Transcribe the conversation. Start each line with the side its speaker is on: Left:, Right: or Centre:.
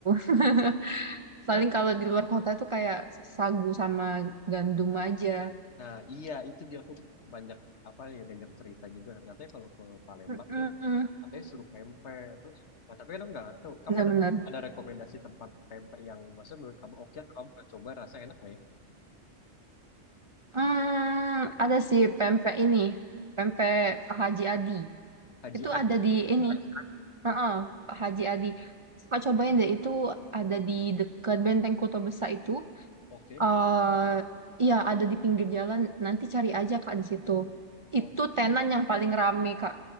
Right: <laughs>
Left: nah,
Right: Paling kalau di luar kota tuh kayak sagu sama gandum aja.
Left: nah iya itu dia aku banyak apa ya dengar cerita juga katanya kalau ke Palembang
Right: Mm-mm.
Left: nih katanya suruh pempek terus nah, tapi kan aku nggak tahu kamu
Right: Bener-bener.
Left: ada ada rekomendasi tempat pempek yang maksudnya menurut kamu oke atau kamu pernah coba rasa enak nggak ya
Right: Hmm, ada sih pempek ini, pempek Pak Haji Adi.
Left: Haji
Right: Itu
Left: Adi
Right: ada di ini,
Left: Ya.
Right: heeh, Pak Haji Adi. Pak cobain deh, itu ada di dekat Benteng Kota Besar itu.
Left: oke
Right: eh Iya, ada di pinggir jalan. Nanti cari aja Kak di situ. Itu
Left: Oh,
Right: tenan yang paling rame Kak.